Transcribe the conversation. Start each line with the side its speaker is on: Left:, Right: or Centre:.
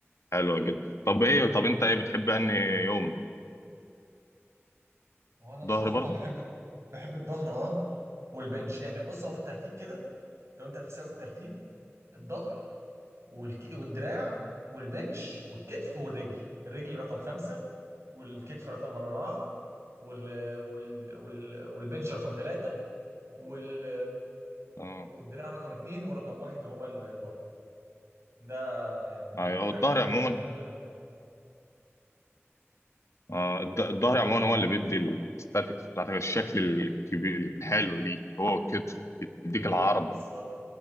Left: حلوة جدا طب إيه طب أنت إيه بتحب أنهي يوم؟
Right: وانا بصراحه
Left: ظهر برضو؟
Right: بحب بحب الظهر اه والبنش يعني بص هو بالترتيب كده لو انت هتحسبها بالترتيب الظهر والك... والدراع والبنش والكتف والرجل الرجل رقم خمسة والكتف رقم أربعة وال... وال... وال... والبنش رقم ثلاثة وال...
Left: أه
Right: والدراع رقم اتنين ورقم واحد هو الظهر ده يعني
Left: أيوه
Right: ده
Left: الظهر
Right: ده
Left: عموما
Right: التمارين اللي انا بحبها
Left: آه، الض- الظهر عموما هو اللي بيدي الستاتكس بتاعتك الشكل الكبير الحلو ليك هو الكتف بيديك العرض
Right: بالظبط